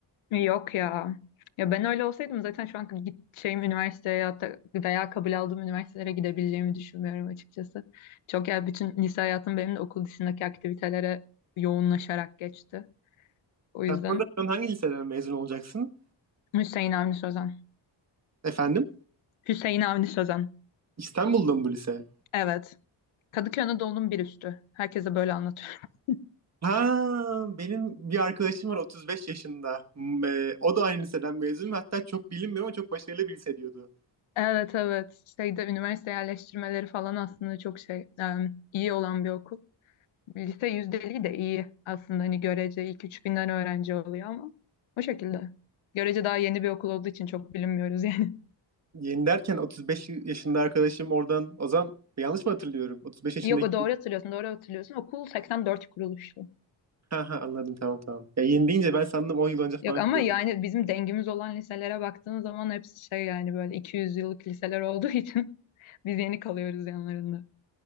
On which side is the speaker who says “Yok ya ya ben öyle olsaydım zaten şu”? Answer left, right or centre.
Left